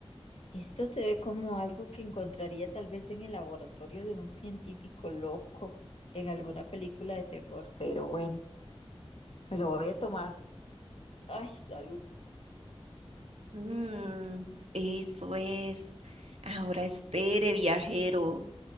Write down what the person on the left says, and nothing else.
Esto se ve como algo que encontraría tal vez en el laboratorio de un científico loco en alguna película de terror, pero bueno, me lo voy a tomar. Ay, salud.